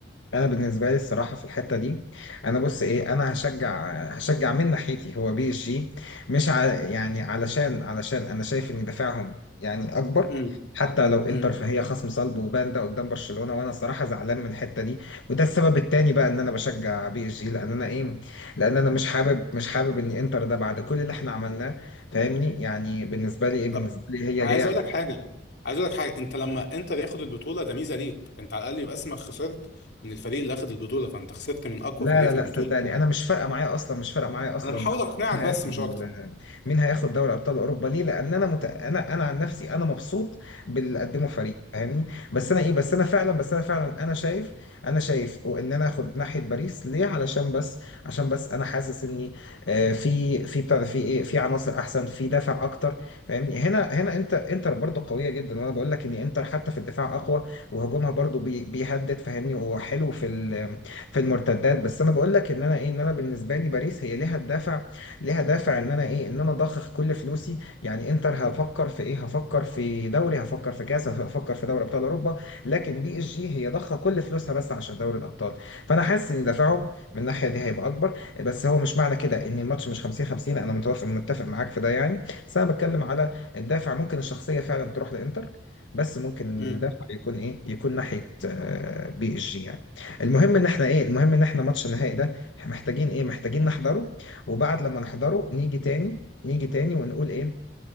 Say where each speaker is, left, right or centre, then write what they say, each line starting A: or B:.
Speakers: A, on the left (about 85°); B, on the left (about 60°).
A: انا بالنسبه لي الصراحه في الحته دي انا بص ايه انا هشجع هشجع من ناحيتي هو بي اس جي مش ع... يعني علشان علشان انا شايف ان دفاعهم يعني اكبر
B: امم
A: حتى لو انتر
B: امم
A: فهي خصم صلب وبان ده قدام برشلونه وانا الصراحه زعلان من الحته دي وده السبب التاني بقى ان انا بشجع بي اس جي لان انا ايه لان انا مش حابب مش حابب ان انتر ده بعد كل اللي احنا عملناه فاهمني يعني بالنسبه لي ايه بالنسبه
B: طب
A: لي هي
B: عايز
A: جايه
B: اقول لك حاجه عايز اقول لك حاجه انت لما انتر ياخد البطوله ده ميزه ليك انت على الاقل يبقى اسمك خسرت من الفريق اللي اخد البطوله فانت خسرت من اقوى
A: لا
B: فريق
A: لا
B: في البطوله
A: لا صدقني انا مش فارقه معايا اصلا مش فارقه معايا اصلا
B: انا بحاول اقنعك
A: مين
B: بس
A: هياخد
B: مش اكتر
A: مين هياخد دوري ابطال اوروبا ليه لان انا مت... انا انا عن نفسي انا مبسوط باللي قدمه فريق فاهمني بس انا ايه بس انا فعلا بس انا فعلا انا شايف انا شايف وان انا اخد ناحيه باريس ليه علشان بس عشان بس انا حاسس اني آه، في في بتاع ده، في ايه في عناصر احسن في دافع اكتر فاهمني هنا هنا انت انتر برضه قويه جدا وانا بقول لك ان انتر حتى في الدفاع اقوى وهجومها برضه بي... بيهدد فاهمني وحلو في ال... في المرتدات بس انا بقول لك ان انا ايه ان انا بالنسبه لي باريس هي ليها الدافع ليها دافع ان انا ايه ان انا اضخ كل فلوسي يعني انتر هفكر في ايه هفكر في دوري هفكر في كاس هفكر في دوري ابطال اوروبا لكن بي اس جي هي ضخه كل فلوسها بس عشان دوري الابطال فانا حاسس ان دافعهم من الناحيه دي هيبقى اكبر بس هو مش معنى كده ان الماتش مش 50 50 انا متوافق متفق معاك في ده يعني بس انا بتكلم على الدافع ممكن الشخصيه فعلا تروح لانتر بس ممكن
B: امم
A: الدافع يكون ايه يكون ناحيه آه، بي اس جي يعني المهم ان احنا ايه المهم ان احنا ماتش النهائي ده احنا محتاجين ايه محتاجين نحضره وبعد لما نحضره نيجي تاني نيجي تاني ونقول ايه